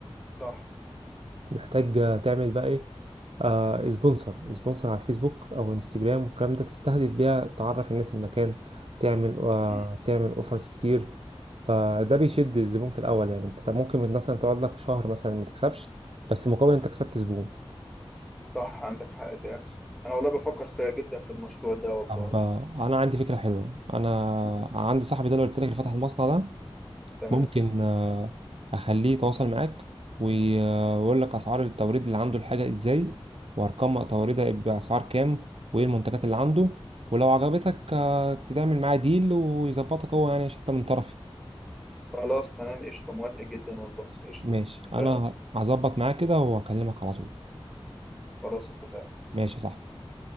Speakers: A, in the centre; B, on the right (about 75°).
A: صح
B: محتاج تعمل بقى ايه آه سبونسر سبونسر على الفيسبوك او انستجرام والكلام ده تستهدف بيها تعرف الناس المكان تعمل آه
A: مم.
B: تعمل اوفرز كتير فده
A: مم.
B: بيشد الزبون في الاول يعني انت ممكن مثلا تقعد لك شهر مثلا ما تكسبش بس مقابل انت كسبت زبون
A: صح عندك حق فعلا انا والله بفكر فيها جدا في المشروع ده والله
B: طب آه، انا عندي فكره حلوه انا
A: مم.
B: عندي صاحبي ده اللي قلت لك اللي فتح المصنع ده
A: تمام
B: ممكن آه، اخليه يتواصل معاك وي- آه، ويقول لك اسعار التوريد اللي عنده الحاجه ازاي وارقام توريدها باسعار كام وايه المنتجات اللي عنده ولو عجبتك آه، تعمل معاه ديل ويظبطك هو يعني عشان انت من طرفي
A: خلاص تمام قشطة موافق جدا والله قشطة
B: ماشي
A: اتفقنا
B: انا هظبط معاه كده واكلمك على طول
A: خلاص اتفقنا
B: ماشي يا صاحبي